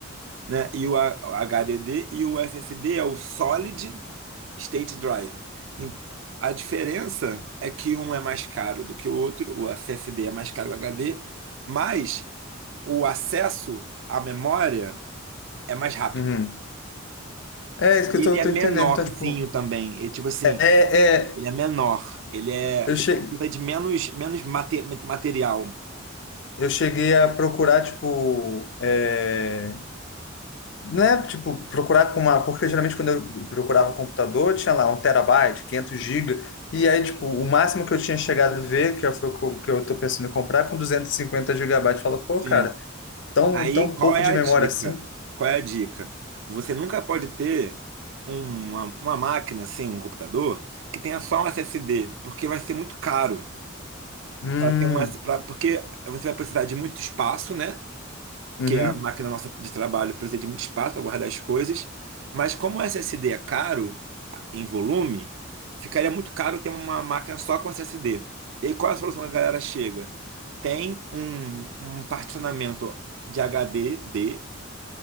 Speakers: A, on the right; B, on the left.
A: né? E o A- o HDD e o SSD é o Solid State Drive. Em- A diferença é que um é mais caro do que o outro, o SSD é mais caro que o HD, mas o acesso à memória é mais rápido.
B: Uhum. É isso
A: E
B: que eu tô,
A: ele é
B: tô
A: menorzinho
B: entendendo. Então, tipo,
A: também. Ele, tipo assim,
B: é, é,
A: ele é menor. Ele é,
B: eu che...
A: ele precisa de menos, menos mate- material.
B: eu cheguei a procurar, tipo, é... não é, tipo, procurar com uma... Porque geralmente quando eu procurava computador, tinha lá um terabyte, 500 gigas, e aí, tipo, o máximo que eu tinha chegado a ver, que foi o que eu que eu tô pensando em comprar, é com 250 gigabytes. Fala, pô,
A: Sim,
B: cara, tão,
A: Aí,
B: tão
A: qual
B: pouco
A: é
B: de
A: a
B: memória
A: dica?
B: assim?
A: Qual é a dica? Você nunca pode ter uma, uma máquina, assim, um computador, que tenha só um SSD, porque vai ser muito caro.
B: Hum,
A: Pra ter um, S pra, porque você vai precisar de muito espaço, né? Porque
B: uhum,
A: a máquina nossa de trabalho precisa de muito espaço para guardar as coisas. Mas como o SSD é caro em volume, ficaria muito caro ter uma máquina só com SSD. E aí, qual é a solução que a galera chega? Tem um, um particionamento de HD